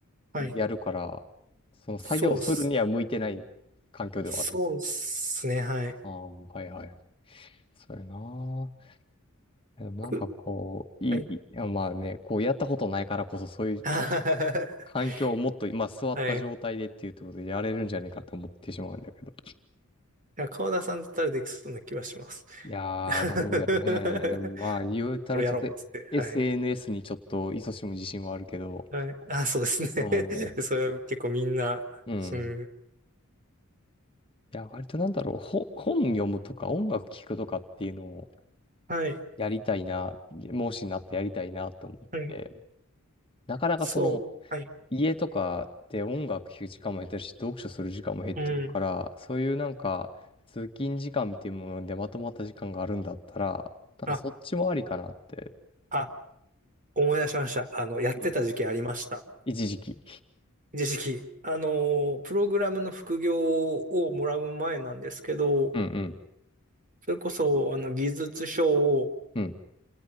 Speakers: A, on the right (about 40°); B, on the left (about 25°).
A: はい。
B: う、やるから、その作業するには向いてない環境ではある。
A: そうっす。そうっすね、はい。
B: ああ、はいはい。そうやな。でもなんかこう、
A: く
B: いい、
A: はい。
B: いやまあね、こうやったことないからこそそういう
A: <laughs>
B: 環境をもっと今座った状態でっていうところでやれるんじゃねえかと思ってしまうんだけど。
A: はい。いや、川田さんだったらできそうな気はします。
B: いやー、
A: <laughs>
B: どうだろうね。でもまあ、言うたらちょっと
A: 俺やろうっつって。
B: SNS
A: はい。
B: にちょっと勤しむ自信はあるけど、
A: はい。<laughs> あ、そうですね。
B: うん。
A: <laughs> それは結構みんな、
B: うん。
A: うん。
B: いや、割となんだろう、ほ本読むとか音楽聴くとかっていうのを
A: はい。
B: やりたいな、もしなったらやりたいなと思って、
A: はい。
B: なかなかその、
A: そう。はい。
B: 家とかで音楽聴く時間も減ってるし、読書する時間も減ってるから、
A: うん。
B: そういうなんか、通勤時間っていうものでまとまった時間があるんだったら、なんかそっちもありかなって、
A: あ、あ、思い出しました。あの、やってた時期ありました。
B: うん。一時期。
A: 一時期。あの、プログラムの副業をもらう前なんですけど、
B: うんうん。
A: それこそ、あの、技術書を
B: うん。